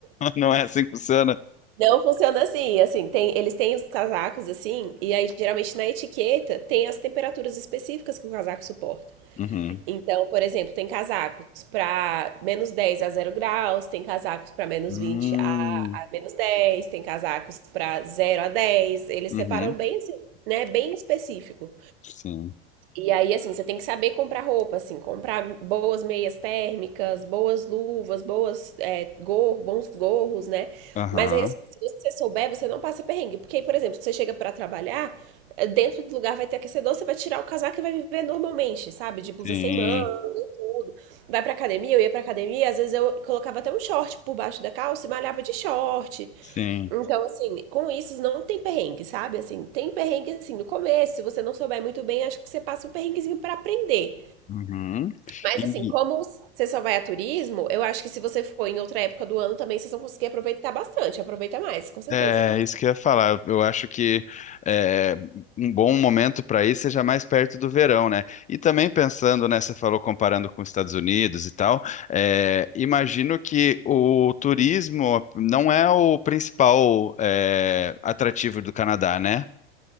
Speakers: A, on the left; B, on the right.
A: não é assim que funciona.
B: Não funciona assim, assim, tem, eles têm os casacos assim, e aí geralmente na etiqueta tem as temperaturas específicas que o casaco suporta.
A: Uhum.
B: Então, por exemplo, tem casacos para menos 10 a zero graus, tem casacos para menos
A: Hum,
B: 20 a, a menos 10, tem casacos para zero a 10. eles
A: uhum,
B: separam bem assim, né, bem específico.
A: sim.
B: E aí, assim, você tem que saber comprar roupa, assim, comprar boas meias térmicas, boas luvas, boas, é, gorro, bons gorros, né?
A: Aham,
B: Mas aí, assim, se você souber, você não passa perrengue. Porque, aí, por exemplo, você chega pra trabalhar, eh, dentro do lugar vai ter aquecedor, você vai tirar o casaco e vai viver normalmente, sabe? De blusa
A: sim,
B: sem manga e tudo. Vai pra academia, eu ia pra academia, às vezes eu colocava até um short por baixo da calça e malhava de short.
A: sim.
B: Então, assim, com isso não tem perrengue, sabe? Assim, tem perrengue assim no começo, se você não souber muito bem, acho que você passa um perrenguezinho pra aprender.
A: Uhum.
B: Mas
A: E,
B: assim, como você só vai a turismo, eu acho que se você for em outra época do ano também, vocês vão conseguir aproveitar bastante, aproveita mais, com certeza.
A: É, isso que eu ia falar. Eu, eu acho que é, um bom momento para ir seja mais perto do verão, né? E também pensando, né? Você falou comparando com os Estados Unidos e tal. é, imagino que o turismo não é o principal é, atrativo do Canadá, né?